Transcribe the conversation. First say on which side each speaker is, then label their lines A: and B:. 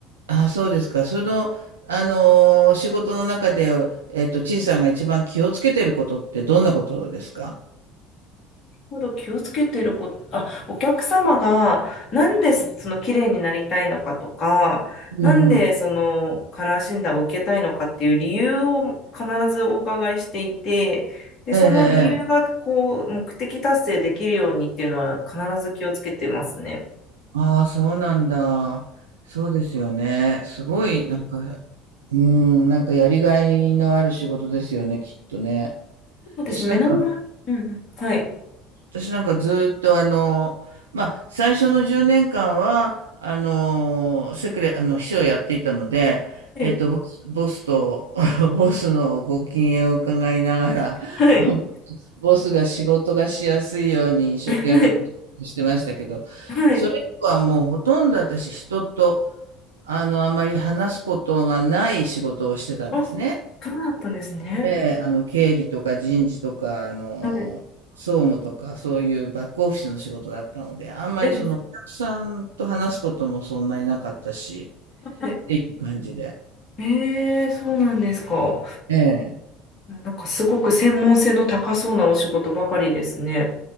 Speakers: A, on the right (about 80°); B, on the left (about 45°).
A: あ、そうですか。その、あのー、仕事の中で、えっと、ちいさんが一番気をつけてることってどんなことですか
B: ほど気をつけてること、あ、お客様が、なんでその綺麗になりたいのかとか、
A: うんうん。
B: なんでそのカラー診断を受けたいのかっていう理由を必ずお伺いしていて、で、その理由がこう、
A: ええ、ええ。
B: 目的達成できるようにっていうのは必ず気をつけてますね。
A: ああ、そうなんだ。そうですよね。すごい、なんか、うん、なんかやりがいのある仕事ですよね、きっとね。
B: そうですね。
A: 私なんか、
B: 目の前、うんうん、はい。
A: 私なんかずっとあの、まあ、最初の10年間は、あの、セクレ、あの、秘書をやっていたので、
B: はい。
A: えっと、ボス、ボスと、<laughs> ボスのご機嫌を伺いながら、
B: はい。
A: <laughs> ボスが仕事がしやすいように一生懸命
B: はい
A: してましたけど、
B: はい。
A: それ以降はもうほとんど私人と、あの、あんまり話すことがない仕事をしてたんですね。
B: あ、そうだったんですね。
A: ええ、あの、経理とか人事とか、あの、
B: はい。
A: 総務とか、そういうバックオフィスの仕事だったので、あんまりその、
B: え、
A: お客さんと話すこともそんなになかったし、
B: はい。
A: っていう感じで。
B: えー、そうなんですか。
A: ええ。
B: なんかすごく専門性の高そうなお仕事ばかりですね。